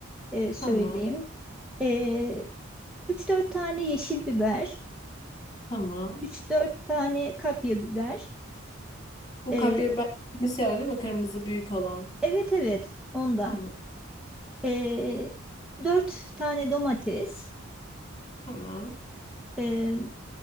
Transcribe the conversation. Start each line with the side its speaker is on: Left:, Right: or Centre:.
Centre: e, söyleyeyim.
Left: Tamam.
Centre: E, 3-4 tane yeşil biber,
Left: Tamam.
Centre: üç dört tane kapya biber.
Left: Bu
Centre: E,
Left: kapya ben şey var değil mi? Kırmızı büyük olan.
Centre: evet evet ondan.
Left: Tamam.
Centre: E, 4 tane domates.
Left: Tamam.
Centre: E,